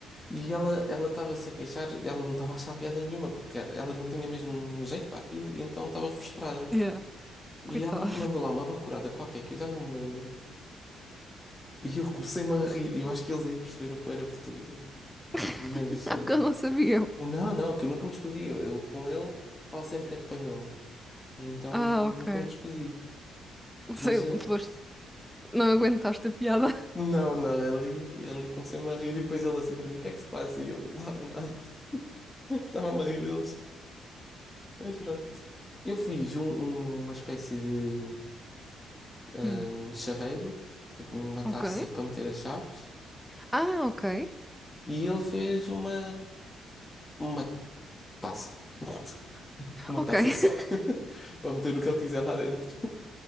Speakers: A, on the left (about 15°); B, in the centre.
A: E ela ela estava-se a queixar, ela não estava a achar piada nenhuma, porque ela não tinha mesmo jeito para aquilo, então estava frustrada.
B: Yeah,
A: E
B: coitado.
A: ela mandou lá uma bacurada qualquer, que eu já não me lembro. E eu comecei-me a rir, e eu acho que eles aí perceberam que eu era português.
B: <laughs>
A: Mas,
B: Ah,
A: eh,
B: porque eu não sabia.
A: não, não, que eu nunca me descosi. Eu, eu com ele falo sempre em espanhol, e então
B: Ah,
A: nu-
B: ok.
A: nunca me descosi.
B: Não
A: Mas,
B: Sei,
A: eh,
B: foste- não aguentaste a piada.
A: não, não, ali, ali comecei-me a rir, e depois ele assim para mim: o que é que se passa? E eu: nada, nada. <laughs> Estava-me a rir deles. Mas pronto. Eu fiz um- um- uma espécie de hum,
B: Hum.
A: chaveiro, tipo uma taça
B: Ok.
A: para meter as chaves,
B: Ah, ok.
A: e ele fez uma, uma taça. <laughs> Uma
B: Ok,
A: taça
B: <laughs>
A: só, <laughs> para meter o que ele quiser lá dentro.